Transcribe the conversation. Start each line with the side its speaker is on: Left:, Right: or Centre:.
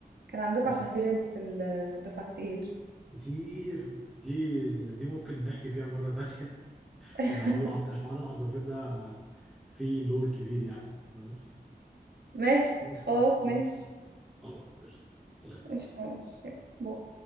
Right: كان عندكم
Centre: بس
Right: عصافير انتوا في الدفعة كتير
Centre: كتير دي دي ممكن نحكي فيها مرة تانية <laughs>
Right: <laughs>
Centre: لأن حوار الع- حوار العصافير ده فيه لور كبير يعني بس
Right: ماشي
Centre: بس
Right: خلاص
Centre: بس
Right: ماشي
Centre: خلاص قشطة سلام
Right: قشطة ماشي بو.